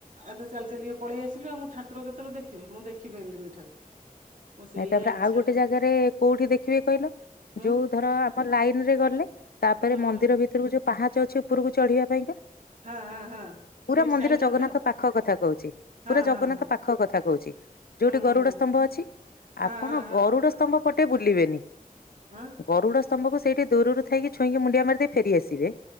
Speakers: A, on the right (about 55°); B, on the left (about 85°).
A: ଆଉ ଚାଲି ଚାଲିିକା ପଳେଇ ଆସିଲି ଆଉମୁଁ ଠାକୁର କେତେବେଳେ ଦେଖିବି ମୁଁ ଦେଖିପାଇଲିନି ଠାକୁର। ମୁଁ ସେଇଆ
B: ନାଇଁ ତାପରେ
A: ଇଚ୍ଛା
B: ଆଉ ଗୋଟେ
A: କରିଥାଏ
B: ଜାଗାରେ କୋଉଠି ଦେଖିବେ କହିଲ
A: ହୁଁ
B: ଯୋଉ ଧର ଆମର ଲାଇନ ରେ ଗଲେ। ତାପରେ
A: ହୁଁ
B: ମନ୍ଦିର
A: ହୁଁ
B: ଭିତରକୁ ଯୋଉ ପାହାଚ ଅଛି ଉପରକୁ ଚଢିବା ପାଇଁକା।
A: ହଁ ହଁ ହଁ।
B: ପୁରା
A: ସେଇଠି
B: ମନ୍ଦିର
A: ସାଇଟରେ
B: ଜଗନ୍ନାଥ
A: ତ
B: ପାଖ କଥା କହୁଛି
A: ହଁ
B: ପୁରା ଜଗନ୍ନାଥ
A: ହଁ ହଁ
B: ପାଖ କଥା କହୁଛି। ଯୋଉଠି
A: ହୁଁ
B: ଗରୁଡ
A: ହୁଁ ହୁଁ
B: ସ୍ତମ୍ଭ ଅଛି
A: ହଁ
B: ଆପଣ
A: ହଁ
B: ଗରୁଡ ସ୍ତମ୍ଭ ପଟେ ବୁଲିବେନି।
A: ଉଁ।
B: ଗରୁଡ଼ ସ୍ତମ୍ଭକୁ ସେଇଠି ଦୂ ରୁରୁ ଥାଇକି ଛୁଇଁକି ମୁଣ୍ଡିଆ ମାରି ଦେଇ ଫେରିଆସିବେ